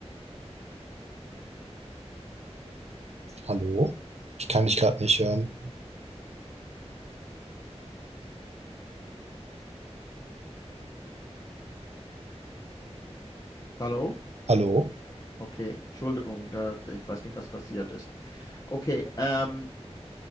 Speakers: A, on the right; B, on the left.
A: Hallo? Ich kann dich gerade nicht hören.
B: Hallo?
A: Hallo?
B: Okay, Entschuldigung, da, ich weiß nicht, was passiert ist. Okay, ähm,